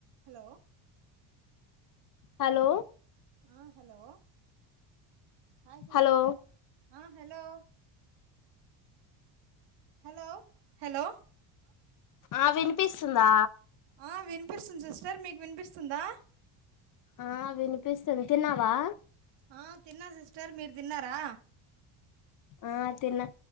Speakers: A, on the right (about 60°); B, on the left (about 40°).
A: Hello
B: hello
A: ఆ hello hi sister
B: hello
A: ఆ hello hello hello
B: ఆ వినిపిస్సుందా
A: ఆ వినిపిస్తుంది. సిస్టర్ మీకు వినిపిస్తుందా
B: ఆ వినిపిస్తుంది. తిన్నావా
A: ఆ తిన్న సిస్టర్. మీర్ తిన్నారా.
B: ఆ తిన్నా.